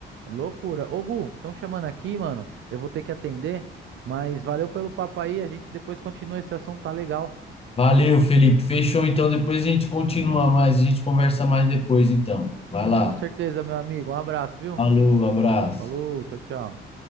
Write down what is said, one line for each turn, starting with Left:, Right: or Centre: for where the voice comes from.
Right: loucura. Ô, Gu, estão chamando aqui, mano. Eu vou ter que atender, mas valeu pelo papo aí. A gente depois continua esse assunto, tá legal.
Left: Valeu, Felipe. Fechou, então. Depois a gente continua mais, a gente conversa mais depois, então. Vai lá.
Right: Com certeza, meu amigo. Um abraço, viu?
Left: Falou, abraço.
Right: Falou, tchau, tchau.